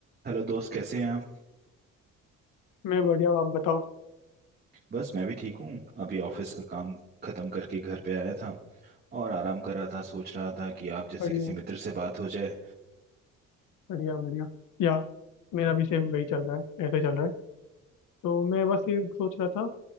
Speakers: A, on the right (about 30°); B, on the left (about 85°).
A: Hello दोस्त कैसे हैं आप
B: मैं बढ़िया हूँ, आप बताओ
A: बस मैं भी ठीक हूँ अभी ऑफिस का काम खत्म करके घर पे आया था और आराम कर रहा था सोच रहा था कि आप जैसे
B: बढ़िया
A: किसी मित्र से बात हो जाए
B: बढ़िया बढ़िया या मेरा भी सेम वही चल रहा है ऐसे चल रहा है तो मैं बस ये सोच रहा था